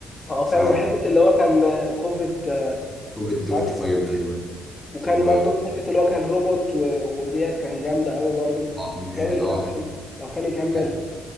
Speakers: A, on the left; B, in the centre.
A: اه فعلا
B: فعن
A: وحته اللي هو كان كوفيد آه،
B: كوفيد 25
A: عارف
B: ده ايوه
A: وكان
B: و
A: برضو حته اللي هو كان روبوت و... وديت كان جامده قوي برضو
B: آه، النهايه
A: لو يكمل
B: ده اه كان
A: لو كان يكمل
B: لا،